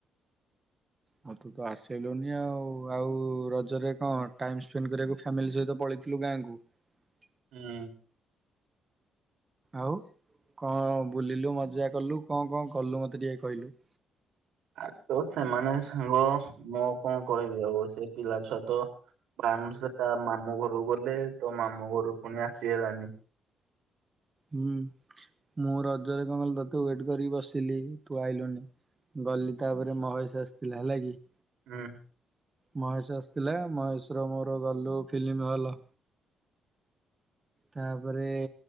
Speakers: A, on the right (about 20°); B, on the right (about 80°).
A: ହଁ ତୁ ତ ଆସିଲୁନି ଆଉ ଆଉ ରଜରେ କଣ ଟାଇମ ସ୍ପେଣ୍ଡ କରିବାକୁ ଫାମିଲି ସହିତ ପଳେଇ ଥିଲୁ ଗାଁଙ୍କୁ ।
B: ହୁଁ ।
A: ଆଉ । କଣ ବୁଲିଲୁ ମଜା କଲୁ କଣ କଣ କଲୁ ମତେ ଟିକେ କହିଲୁ?
B: ଆ ତ ସେମାନେ ସାଙ୍ଗ ମୁଁ କଣ କହିବି ଆଉ ସେ ପିଲା ଛୁଆ ତ ତା ମାସରେ ତା ମାମୁଁ ଘରକୁ ଗଲେ ତୋ ମାମୁ ଘରୁ ପୁଣି ଆସି ହେଲାନି ।
A: ହୁଁ ମୁଁ ରଜରେ କଣ କହିଲି ତତେ ୱେଟ କରିକି ବସିଲି ତୁ ଆଇଲୁନି । ଗଲି ତାପରେ ମହେଶ ଆସିଥିଲା ହେଲା କି ।
B: ହୁଁ।
A: ମହେଶ ଆସିଥିଲା ମହେଶର ମୋର ଗଲୁ ଫିଲ୍ମ ହଲ୍। ତାପରେ